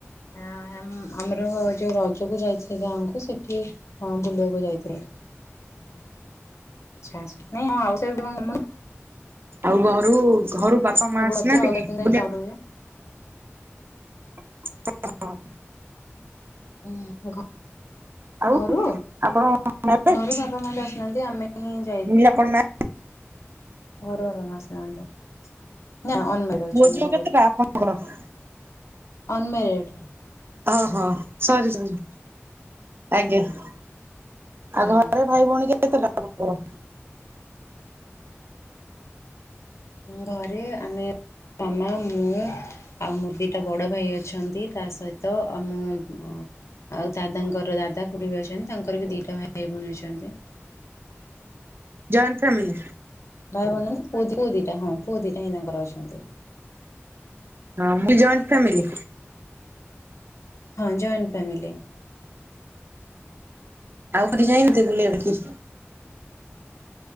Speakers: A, on the left; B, on the right.
A: ଆ ଆମର ଯୋଉ ରଜକୁ ଯାଇଥିଲି ଗାଁକୁ ସେଠି ହଁ ବୁଲିବାକୁ ଯାଇଥିଲି
B: <inaudible>
A: ଆଛା <unintelligible> ନାଇଁ
B: ଆଉ ଘରୁ ଘରୁ ବାପା ମା ଆସନାନ୍ତି
A: ରଜ ଆଉ
B: ଟିକେ
A: ପାଇଁ ଗାଁ ରୁହେ।
B: <unintelligible>
A: ହୁଁ
B: ଆଉ
A: ଘରୁ
B: ଆପଣ ମ୍ୟାରେଜ
A: ଘରୁ ବାପା ମା ଆସୁନାହାନ୍ତି ଆମେ ହିଁ ଯାଇଛୁ
B: ମୁଁ କହିଲି ଆପଣ ମ୍ୟା
A: ଘର ବାବା <unintelligible> ନା ଅନ ମେରେଡ୍ ଅଛି
B: ପୁଅ ଝିଅ
A: ମ୍ୟାରଡ ନୁହଁ
B: <unintelligible>
A: ଅନ ମେରେଡ୍
B: ଓହୋ ସରି ସରି ଆଜ୍ଞା ଆଉ
A: ହଁ।
B: ଘରେ ଭାଇ ଭଉଣୀ କେତେ ଟା ଆପଣକର
A: ଘରେ ଆମେ ମାମା ମୁଁ ଆଉ ମୋର ଦିଟା ବଡ଼ ଭାଇ ଅଛନ୍ତି ତା ସହିତ ଆ ମୁଁ ଆଉ ଦାଦାଙ୍କର ଦାଦା ଖୁଡି ବି ଅଛନ୍ତି ତାଙ୍କର ବି ଦିଟା ଭାଇ ଭଉଣୀ ଅଛନ୍ତି
B: ଜଏଣ୍ଟ ଫ୍ୟାମିଲି
A: ଭାଇ ଭଉଣୀ ପୁଅ ଦିଟା ହଁ ପୁଅ ଦିଟା ହିଁ ତାଙ୍କର ଅଛନ୍ତି
B: ହଁ ମୁ ବି ଜଏଣ୍ଟ ଫ୍ୟାମିଲି
A: ହଁ ଜଏଣ୍ଟ୍ ଫ୍ୟାମିଲି
B: ଆଉ କୋଉଠିକି <unintelligible> ବୁଲିବାକୁ